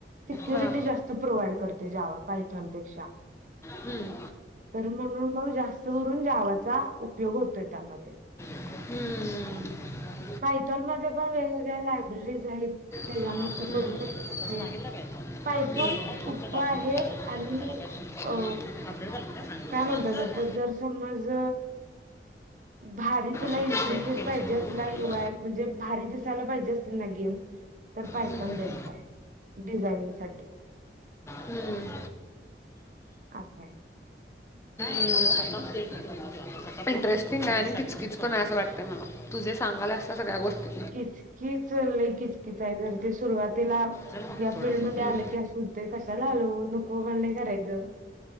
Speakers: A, on the right; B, on the left.
A: सिक्युरिटी
B: हा
A: जास्त प्रोव्हाइड करते जावा पायथॉन पेक्षा
B: हम्म.
A: तर म्हणून मग जास्त करून जावाचा उपयोग होतोय त्यामध्ये
B: हम्म्म.
A: पायथॉन मध्ये पण वेगवेगळ्या लायब्ररीज आहेत त्याच्यानं
B: हा, आपण
A: तू
B: हम्म.
A: करू शकतेस
B: तसं
A: ते.
B: सांगितलं काय हम्म.
A: पायथॉन
B: मग
A: सोपं
B: तुमचं डॉक्युमेंट
A: आहे
B: आलं तुला
A: आणि
B: तुम्हाला काय शिफ्ट
A: अ
B: अपडेट झालं सांगितलं
A: काय म्हणतात आत्ता जर समज भारी तुला
B: शिफ्ट
A: इंटरफेस
B: चेंज केलीच
A: पाहिजे
B: नको
A: अस
B: तर तुला
A: यु आय म्हणजे भारी दिसायला पाहिजे असली ना गेम तर पायथॉन
B: हम्म.
A: बेस्ट आहे. डिझायनिंग साठी
B: हम्म.
A: असं हाय
B: हम् इंटरेस्टिंग आहे आणि किचकीच पण आहे असं वाटतं मला तुझे सांगाल्यास त्या सगळ्या गोष्टी.
A: किचकीच लय किचकीच आहे जर ते सुरुवातीला
B: चल मग
A: या
B: थोडा
A: फिल्डमध्येध्ये
B: हम्म.
A: आले की अस ते कशाला आलो नको मला नाही करायचं